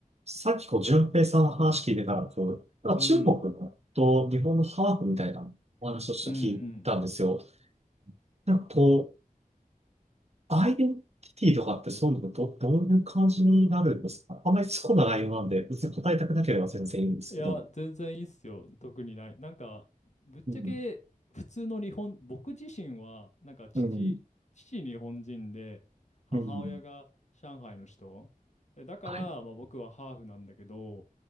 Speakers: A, on the right; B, on the left.
A: さっきこう、淳平さんの話聞いてたら、こう、なんか中国のと日本のハーフみたいなお話をして聞いたんですよ。
B: うん。うんうん。
A: なんかこう、アイデンティティとかってそういうのど、どういう感じになるんですかあんまり突っ込んだ内容なんで、別に答えたくなければ全然いいんですけど。
B: いや、全然いいっすよ。特にない。なんか、ぶっちゃけ、
A: うん、
B: 普通の日本、僕自身は、なんか父、
A: うん、
B: 父日本人で、母親が上海の人。
A: うん、
B: えだから、
A: はい。
B: まあ僕はハーフなんだけど、